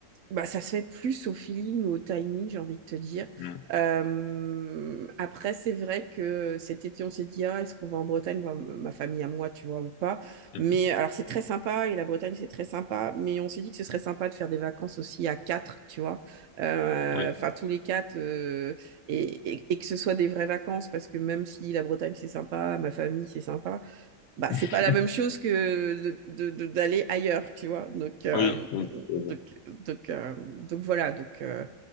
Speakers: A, on the right (about 70°); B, on the left (about 85°).
A: Bah, ça se fait plus au feeling ou au timing, j'ai envie de te dire.
B: Mm.
A: Euh, après, c'est vrai que cet été, on s'est dit, ah, est-ce qu'on va en Bretagne, voir m- ma famille à moi, tu vois, ou pas.
B: Mhm.
A: Mais alors, c'est très sympa, et la Bretagne, c'est très sympa, mais on s'est dit que ce serait sympa de faire des vacances aussi à quatre, tu vois. Euh,
B: Oui,
A: Enfin, tous les quatre, euh, et, et- et que ce soit des vraies vacances, parce que même si la Bretagne, c'est sympa, ma famille, c'est sympa, bah,
B: <laughs>
A: c'est pas la même chose que de, de- de- d'aller ailleurs, tu vois. Donc, euh,
B: oui, oui, tout
A: donc,
B: à fait.
A: donc, euh, donc voilà. Donc, euh,